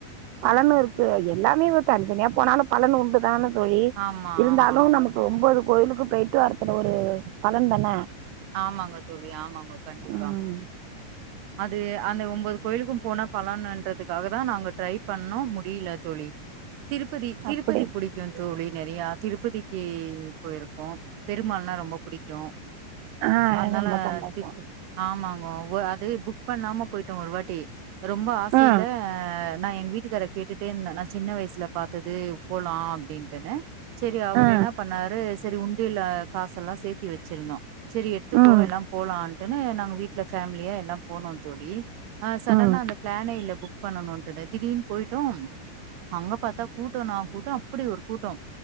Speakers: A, on the right (about 85°); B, on the right (about 65°).
A: பலனு இருக்கு எல்லாமே இப் தனித்தனியா போனாலு பலனு உண்டு தான தோழி
B: ஆமா
A: இருந்தாலும
B: ஆமா ஆமா
A: நமக்கு ஒம்போது கோயிலுக்கும் போயிட்டு வரதுல ஒரு பலன் தான
B: ஆமாங்க தோழி ஆமாங்க கண்டிப்பா
A: ம்
B: அது அந்த ஒம்போது கோயிலுக்கும் போனா பலனுன்றதுக்காக தா நாங்க ட்ரை பண்ணோ முடியில தோழி திருப்பதி திருப்பதி
A: அப்படி
B: புடி க்கு தோழி நறையா திருப்பதிக்கு போயிருக்கோ பெருமாள்னா ரொம்ப புடிக்கு
A: ஆ
B: அதனால
A: ரொம்ப சந்தோஷோ
B: திருத்த ஆமாங்கோ ஓ அது புக் பண்ணாம போயிட்டோ ஒருவாட்டி ரொம்ப ஆசையில
A: ஆ
B: நா எங்க வீட்டுக்கார கேட்டுட்டே இருந்தே நா சின்ன வயசுல பாத்தது போலா அப்டின்ட்டுன்னு சேரி அவரு
A: ஆ
B: என்ன பண்ணாரு சேரி உண்டியில காசு எல்லா சேத்தி வச்சிருந்தோ சேரி எடுத்துக்கோ
A: ம்
B: எல்லா போலான்ட்டுன்னு நாங்க வீட்ல ஃபேமிலியா எல்லா போனோ தோழி ஆ சடனா
A: ம்
B: அந்த பிளானே இல்ல புக் பண்ணணுன்ட்டு திடீர்னு போயிட்டோ அங்க பாத்தா கூட்டோன்னா கூட்டோ அப்டியொரு கூட்டம்